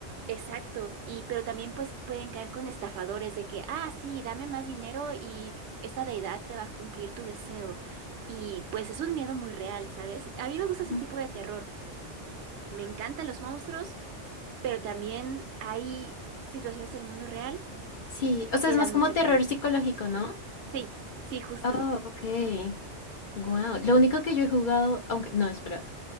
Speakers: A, on the right (about 75°); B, on the left (about 55°).
A: exacto, y pero también pues pueden caer con estafadores de que, ah, sí, dame más dinero y esta deidad te va a cumplir tu deseo. Y pues es un miedo muy real, ¿sabes? A mí me gusta ese
B: Ujú.
A: tipo de terror. Me encantan los monstruos, pero también hay situaciones del mundo real
B: Sí, o sea,
A: que
B: es más
A: dan
B: como
A: mucho
B: terror
A: miedo.
B: psicológico, ¿no?
A: Sí, sí, justo.
B: Oh, ok. Wow. Lo único que yo he jugado, aunque no, espera.